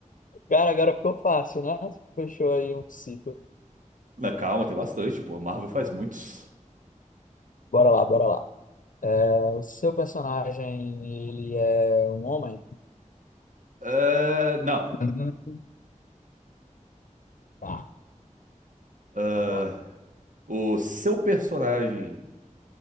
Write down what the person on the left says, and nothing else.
Cara, agora ficou fácil, né? Fechou aí um ciclo.
Bora lá, bora lá. É, o seu personagem, ele é um homem?
Uhum. Tá,
vamos lá.